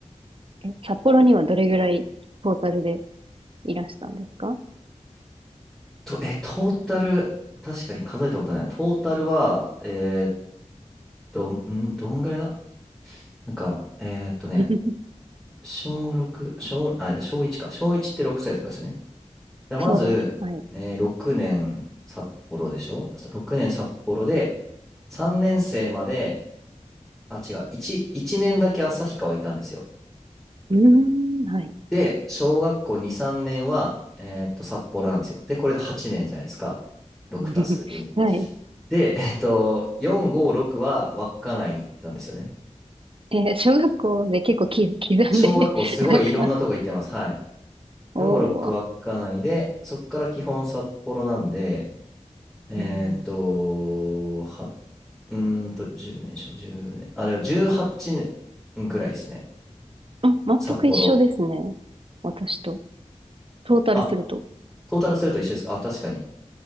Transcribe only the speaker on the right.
え、札幌にはどれぐらいトータルでいらしたんですか
<laughs>
そうです。はい。う
ーん、はい。
<laughs> はい。
えー小学校で結構き刻んで
<laughs> なんか、
おー、
うん、
あ、全く一緒ですね。
私と。トータルすると。